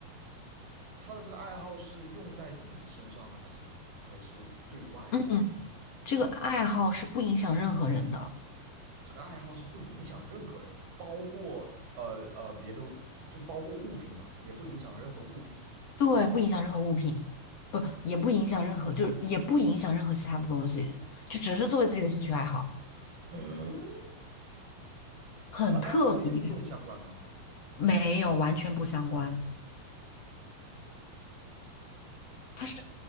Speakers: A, on the right (about 75°); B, on the left (about 45°).
A: 他的这个爱好是用在自己身上的，还是还是对外的？
B: 嗯，这个爱好是不影响任何人的，
A: 这个爱好是不影响任何人，包括呃呃别的，就包括物品嘛，也不影响任何物品嘛。
B: 对，不影响任何物品，不，也不影响任何，就是也不影响任何其他的东西，就只是作为自己的兴趣爱好。
A: <laughs> 嗯，
B: 很特别，
A: 他的爱好跟运动相关吗？
B: 没有，完全不相关。他是，